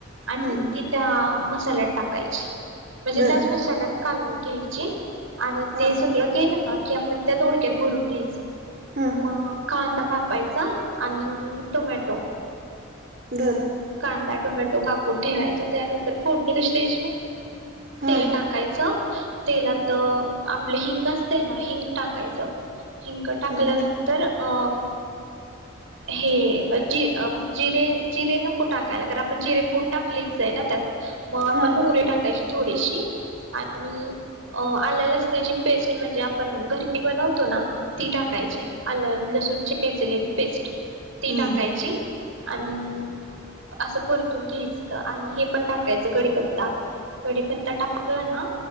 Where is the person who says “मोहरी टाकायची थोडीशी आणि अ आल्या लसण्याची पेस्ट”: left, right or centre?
Right